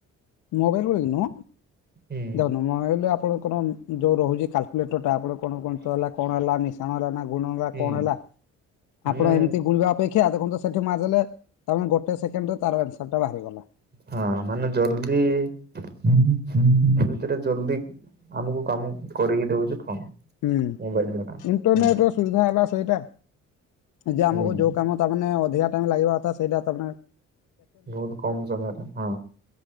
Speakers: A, on the left (about 85°); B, on the right (about 35°).
A: ମୋବାଇଲ କିନୁ
B: ହୁଁ
A: ଦେଖନ୍ତୁ ମୋବାଇଲ ଆପଣଙ୍କର ଯେଉଁ ରହୁଛି କାଲକୁଲେଟରଟା ଆପଣ କଣ ଗଣିତ ହେଲା କଣ ହେଲା ମିଶାଣ ହେଲା ନା। ଗୁଣ ହେଲା
B: ହୁଁ
A: କଣ ହେଲା
B: ମାନେ
A: ଆପଣ ଏମିତି ଗୁଣିବା ଅପେକ୍ଷା ଦେଖନ୍ତୁ ସେଠି ମାରେଲେ ତାମାନେ ଗୋଟେସେକେଣ୍ଡରେ ତାର ଆନ୍ସରଟା ବାହାରିଗଲା।
B: ହଁ ମାନେ ଜଲଦି। ସେଟା ଜଲଦି ଆମକୁ କାମ କରିକି ଦଉଛି ଫୋନ।
A: ହୁଁ
B: ମୋବାଇଲ ଦ୍ଵାରା
A: ଇଣ୍ଟରନେଟ୍
B: ହୁଁ
A: ର ସୁବିଧା ହେଲା। ସେଇଟା ଯେ ଆମକୁ
B: ହୁଁ
A: ଯୋଉ କାମ ତା ମାନେ ଅଧିକା ଟାଇମ୍ ଲାଗିବା କଥା ସେଇଟା ତମେ
B: ବହୁତ କମ ସମୟରେ ହଁ